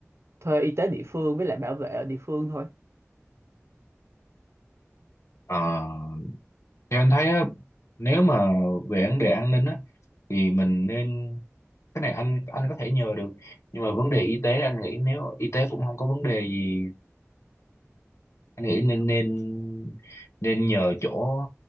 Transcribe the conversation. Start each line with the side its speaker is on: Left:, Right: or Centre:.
Right: thuê y tế địa phương với lại bảo vệ ở địa phương thôi
Left: Ờ, Thì anh thấy á, nếu mà về vấn đề an ninh á thì mình nên cái này anh anh có thể nhờ được nhưng mà vấn đề y tế anh nghĩ nếu y tế cũng không có vấn đề gì anh nghĩ nên nên nên nhờ chỗ